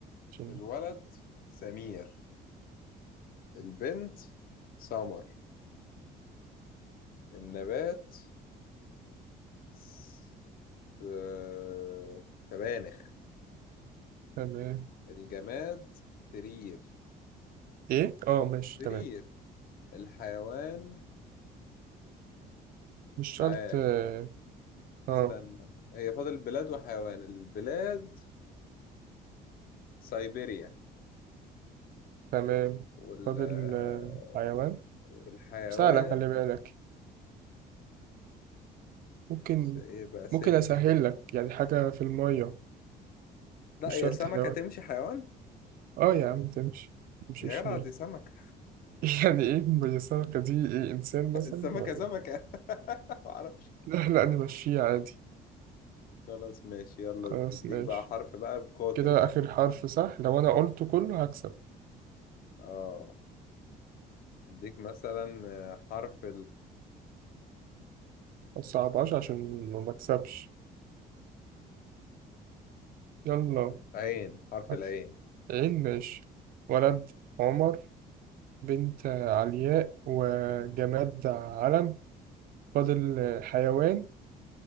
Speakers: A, on the right; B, on the left.
A: عشان
B: الولد سمير البنت سمر النبات س- آه، سبانخ
A: تمام
B: الجماد سرير
A: إيه؟ أه ماشي
B: سرير
A: تمام
B: الحيوان
A: مش
B: مش
A: شرط
B: عارف
A: آه آه،
B: استنى هي فاضل بلاد وحيوان البلاد سيبيريا
A: تمام
B: وال
A: فاضل
B: آه،
A: آه، حيوان
B: والحيوان
A: سهلة خلي بالك ممكن
B: س- ايه بقى سن
A: ممكن أسهل لك يعني حاجة في المية
B: لا
A: مش
B: هي
A: شرط
B: سمكة
A: حيوان
B: تمشي حيوان
A: أه يا عم تمشي متمشيش
B: يا جدع
A: ليه
B: دي سمكة
A: <laughs> يعني ايه ميسرة دي ايه انسان
B: <laughs>
A: مثلا
B: السمكة
A: ولا
B: سمكة <laughs> معرفش
A: لا لا نمشيه عادي
B: خلاص ماشي يلا
A: خلاص
B: اديك
A: ماشي
B: بقى حرف بقى بقاتل
A: كده
B: بقى
A: اخر حرف صح لو انا قلته كله هكسب
B: اه اديك مثلا آه، حرف
A: ما تصعبهاش عشان ما مكسبش يلا
B: العين حرف
A: حرف
B: العين
A: عين ماشي ولد عمر بنت علياء وجماد علم فاضل حيوان